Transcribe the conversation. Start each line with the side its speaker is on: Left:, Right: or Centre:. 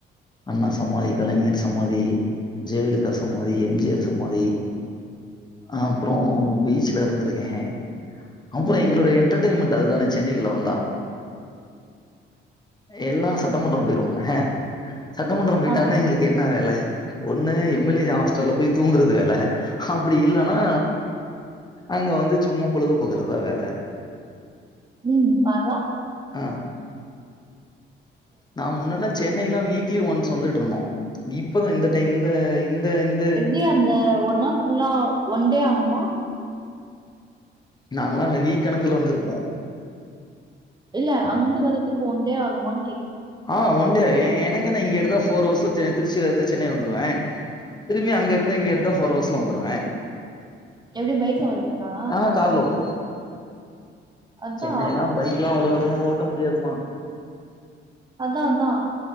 Left: அண்ணா சமாதி கலைஞர் சமாதி ஜெயலலிதா சமாதி எம் ஜி ஆர் சமாதி அப்றொ பீச்ல இருந்திருக்கே அப்றொ
Right: ம்
Left: எங்களுடைய என் என்டர்டெய்ன்மென்ட் அது தானே சென்னைக்குள்ள வந்தா எல்லா சட்டமன்றொ போயிருவாங்க சட்டமன்றொ போயிட்டாங்கனா
Right: ஆ
Left: எங்களுக்கு என்ன வேல ஒண்ணு எம் எல் ஏ ஹாஸ்டல்ல போய் தூங்கறது வேல அப்டி இல்லனா அங்க வந்து சும்மா பொழுத போக்குறதுதா வேல
Right: ம் பார்றா
Left: ஆ நா முன்னாடிலா சென்னைக்லா வீக்லி ஒன்ஸ் வந்துட்டு இருந்தோ இப்பதா இந்த டைம்தா இந் இந்
Right: எப்டி அந்த ஒரு நாள் ஃபுல்லா ஒன் டே ஆகுமோ
Left: நாங்களாம் அங்க வீக் கணக்குல வந்துருப்போம்
Right: இல்ல அங்க வர்றதுக்கு ஒண்டே ஆகுமான்னு கேக்ர
Left: ஆ ஒண்டே எ எனக்கென்ன இங்க எடுத்தா ஃபோர் ஹவர்ஸ்ல திருச்சியில இருந்து சென்னை வந்துருவ திரும்பி அங்க இருந்து இங்கயிருந்து ஃபோர் ஹவர்ஸ்ல வந்துருவ
Right: எப்டி பைக்ல வருவீங்களா
Left: ஆ கார்ல வந்துருவோம்
Right: அதா
Left: சென்னைலா பைக்ல்லாம் அவ்வளவு தூரம் ஓட்ட முடியாதுமா
Right: அதான் அதான்